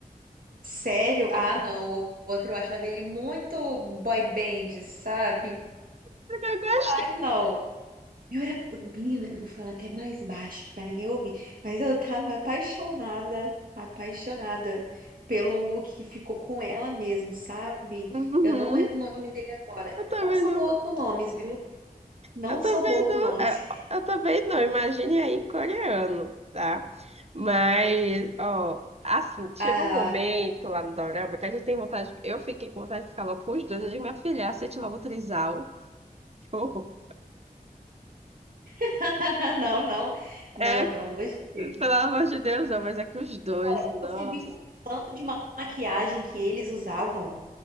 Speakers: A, on the right; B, on the right.
A: Sério? Ah, não. O outro eu achava ele muito boy band, sabe?
B: Porque eu gosto.
A: Ai, não. Eu era. Menina, eu vou falar até mais baixo que pra ninguém ouvir, mas eu tava apaixonada, apaixonada pelo que ficou com ela mesmo, sabe?
B: Uhum.
A: Eu não lembro o nome dele agora.
B: Eu
A: Eu
B: também
A: não sou
B: não.
A: boa com nomes, viu? Não
B: Eu também
A: sou boa
B: não,
A: com nomes.
B: é,
A: <laughs>
B: eu também não, imagine aí em coreano, tá? Mas, ó, assim, chegou
A: Ah,
B: um momento lá no Dorama que a gente tem vontade, eu fiquei com vontade de ficar logo com os dois, eu digo, minha filha, aceite logo o trisal. <laughs> Que horror.
A: <laughs> não, não, não,
B: É,
A: pelo amor de Deus.
B: pelo amor de Deus, não, mas é que os dois,
A: Cara,
B: nossa,
A: você viu o tanto de ma- maquiagem que eles usavam?